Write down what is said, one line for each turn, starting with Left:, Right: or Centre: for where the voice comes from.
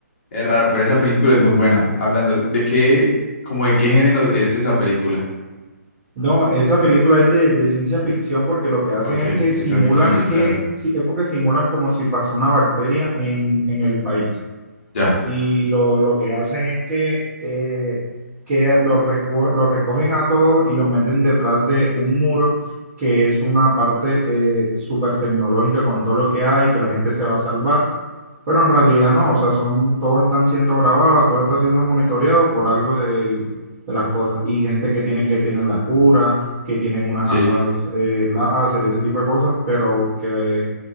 Left: es raro, pero esa película es muy buena. Hablando, ¿de qué, como de qué género es esa película?
Right: No, esa película es de, de ciencia ficción porque lo que hacen
Left: Ok,
Right: es que
Left: ciencia
Right: simulan
Left: ficción, sí,
Right: que,
Left: claro.
Right: sí, es porque simulan como si pasó una bacteria en, en el país.
Left: Ya.
Right: y lo, lo que hacen es que, eh, que los reco- los recogen a todos y los meten detrás de un muro que es una parte eh, súper tecnológica con todo lo que hay, que la gente se va a salvar, pero en realidad no, o sea, son, todos están siendo grabados, todo está siendo monitoreado por algo del- de las cosas y gente que tienen que tienen la cura, que tienen unas
Left: Sí.
Right: armas eh, láser, ese tipo de cosas, pero que